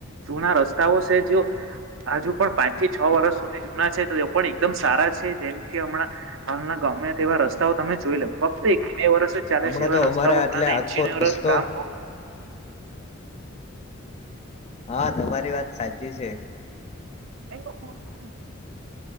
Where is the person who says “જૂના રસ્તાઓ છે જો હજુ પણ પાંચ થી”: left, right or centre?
Right